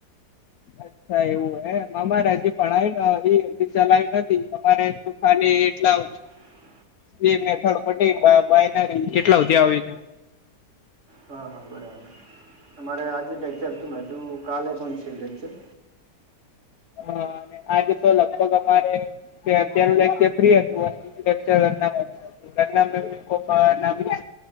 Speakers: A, on the left; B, on the right.
A: અચ્છા એવું હે અમારે હજી ભણાયું ને એ હ ચલાયું નથી અમારે તો ખાલી એટલા
B: <inaudible>
A: બે મેથડ પ બાયનરી કેટલા સુધી આવે
B: હા હા બરાબર અમારે આજે લેક્ચર હતું ને હજુ કાલે પણ છે લેક્ચર
A: હા અને આજે તો લગભગ અમારે કે અત્યારે લેક્ચર ફ્રી હતું અને <unintelligible> ઘરના બધા બીકોમ ના મી